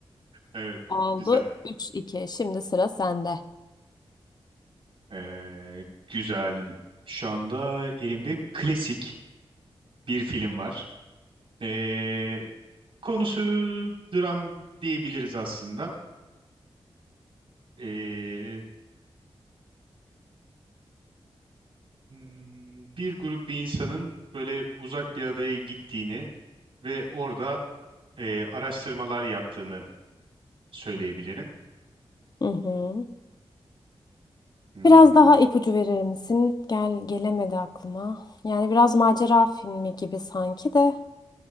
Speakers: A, on the right; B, on the left.
A: Evet,
B: Oldu
A: güzel.
B: 3-2. Şimdi sıra sende.
A: Ee, güzel. Şu anda elimde klasik bir film var. Ee, konusu dram diyebiliriz aslında. Ee, hmm, bir grup bir insanın böyle uzak bir adaya gittiğini ve orada e, araştırmalar yaptığını söyleyebilirim.
B: Hı hı.
A: Hmm.
B: Biraz daha ipucu verir misin? Gel gelemedi aklıma. Yani biraz macera filmi gibi sanki de.